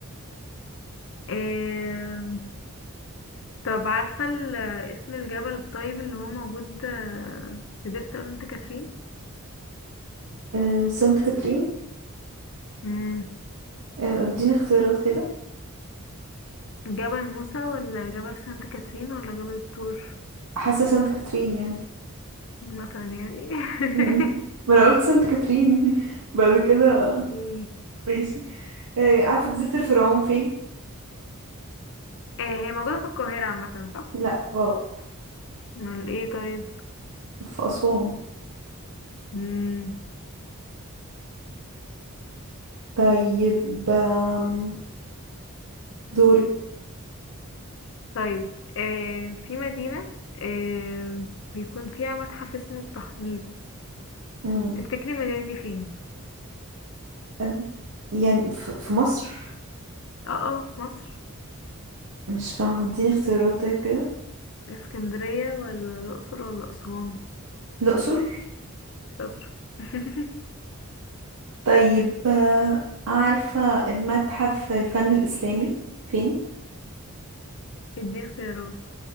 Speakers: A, on the left; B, on the right.
A: آه، طب عارفة ال- اسم الجبل الطيب اللي هو موجود آه، في دير سانت كاترين
B: آه سانت كاترين
A: مم.
B: آه اديني اختيارات كده
A: جبل موسى ولا جبل سانت كاترين ولا جبل الطور
B: حاسة سانت كاترين يعني
A: مثلا يعني
B: م- م.
A: <laughs>
B: ما انا قلت سانت كاترين <laughs> بعد كده
A: اوكي
B: ماشي آه عارفة جزيرة الفرعون فين؟
A: آه، هي موجودة في القاهرة عامة صح؟
B: لا غلط
A: امال ايه طيب
B: في أسوان
A: مم.
B: طيب آم، دورك
A: طيب آه، في مدينة آه، بيكون فيها متحف اسمه التحنيط
B: مم.
A: تفتكري المدينة دي فين؟
B: أم، يعني ف- في مصر
A: اه اه مصر
B: مش فاهمة اديني اختيارات طيب كده
A: اسكندرية ولا الأقصر ولا أسوان
B: الأقصر
A: شاطر <laughs>
B: طيب آه، عارفة المتحف الفن الإسلامي فين؟
A: دي اختيارات